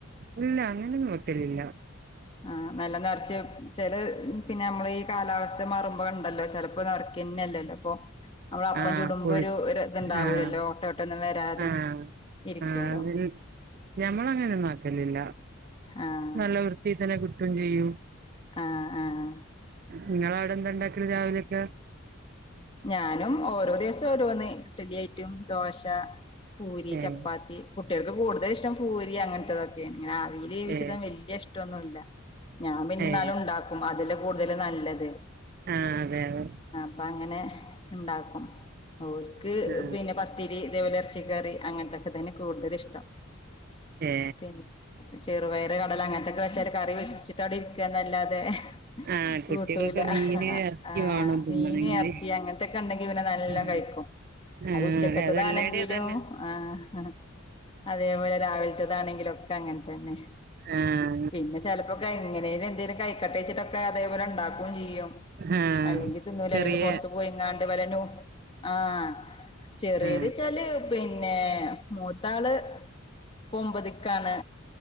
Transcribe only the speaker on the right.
ഇല്ലാ അങ്ങനൊന്നും വെക്കലില്ല.
<unintelligible>
പൊളി
ആഹ്
ആഹ്
ആഹ് അതിൽ ഞമ്മളങ്ങനൊന്നും ആക്കലില്ല,
നല്ല വൃത്തി തന്നെ കിട്ടും ചെയ്യും.
നിങ്ങളവിടെന്താണ്ടാക്കല് രാവിലെയൊക്കെ?
ഏഹ്
ഏ
ഏ
ആഹ് അതെ അതെ.
ആ
ഏ
ആ കുട്ടികൾക്കൊക്കെ
മീന് ഇറച്ചി
വേണം തിന്നണെങ്കില്
ആ
ആ
അതെല്ലാടേം അതന്നെ
ആഹ്.
ആഹ്
ചെറീയ
ആ